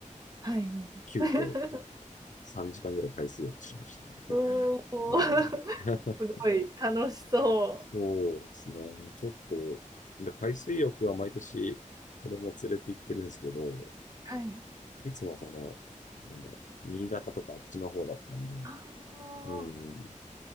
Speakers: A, on the right; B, on the left.
A: はい、はい。
B: 急遽
A: <laughs>
B: 3時間ぐらい海水浴しまし
A: おお、
B: たね。
A: <laughs> す
B: ええ <laughs>
A: ごい楽しそう。
B: そうですね。ちょっと、で、海水浴は毎年子供連れて行ってるんですけど、
A: はい。
B: いつもその、なんだ、新潟とかあっちの方だったんで、
A: ああ、
B: うん、